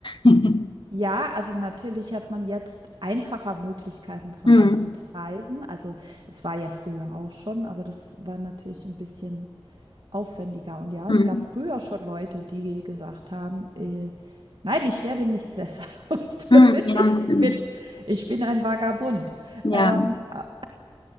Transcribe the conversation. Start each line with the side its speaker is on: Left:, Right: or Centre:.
Left: <laughs>
Right: Ja, also natürlich hat man jetzt einfacher Möglichkeiten, zum
Left: Hm.
Right: Beispiel zu reisen. Also es war ja früher auch schon, aber das war natürlich ein bisschen aufwendiger. Und ja,
Left: Hm.
Right: es gab früher schon Leute, die gesagt haben, äh, nein, ich werde nicht sesshaft. <laughs>
Left: Hm. Ja,
Right: Ich
Left: stimmt.
Right: bin, ich bin ein Vagabund.
Left: ja,
Right: Ähm, a-